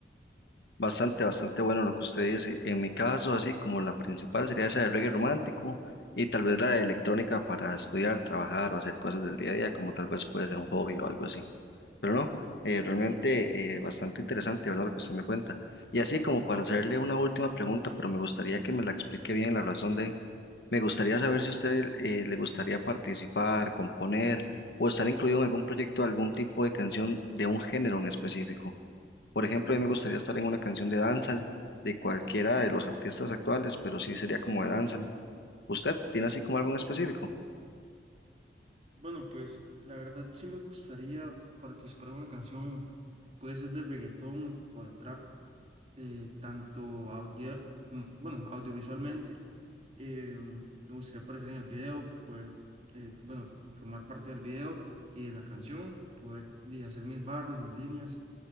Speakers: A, on the left; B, on the right.
A: Bastante, bastante bueno lo que usted dice. En mi caso, así como la principal sería esa de reggae romántico y tal vez la de electrónica para estudiar, trabajar o hacer cosas del día a día, como tal vez puede ser un hobby o algo así. Pero no, eh, realmente eh, bastante interesante, ¿verdad? Lo que usted me cuenta. Y así como para hacerle una última pregunta, pero me gustaría que me la explique bien la razón de, me gustaría saber si a usted eh, le gustaría participar, componer o estar incluido en algún proyecto, algún tipo de canción de un género en específico. Por ejemplo, a mí me gustaría estar en una canción de dancehall de cualquiera de los artistas actuales, pero sí sería como de dancehall. ¿Usted tiene así como algo en específico?
B: Bueno, pues la verdad sí me gustaría participar en una canción, puede ser de reggaetón o de trap, eh, tanto audio, como, bueno, audiovisualmente. eh, me gustaría aparecer en el video, poder, eh, bueno, formar parte del video y de la canción, poder di, hacer mis barras, mis líneas